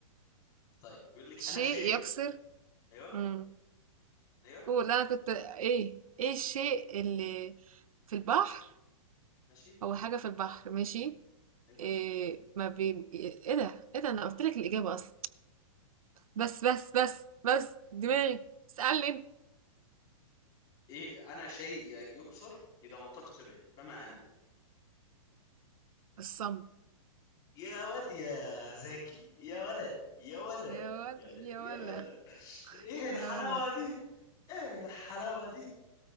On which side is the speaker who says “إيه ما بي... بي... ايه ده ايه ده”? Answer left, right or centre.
Right